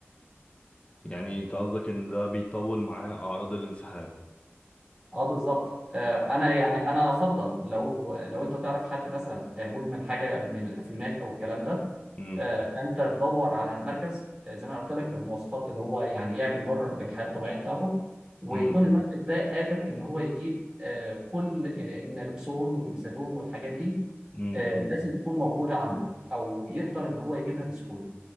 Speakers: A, on the left; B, on the right.
A: يعني انت قصدك ان ده بيطول معاه اعراض الانسحاب
B: اه بالظبط آه انا يعني انا افضل لو لو انت تعرف حد مثلا آه، مدمن حاجه من الافيونات او الكلام ده
A: مم.
B: آه فانت تدور على مركز آه، زي ما أنا قلت لك بالمواصفات اللي هو يعني يعمل مرن للحياه الطبيعيه بتاعته ويكون
A: مم.
B: المركز ده قادر ان هو يجيب آه كل آه النالكسون والميثادون والحاجات دي
A: مم.
B: آه،
A: مم.
B: لازم تكون موجودة عنده أو يقدر إن هو يجيبها بسهولة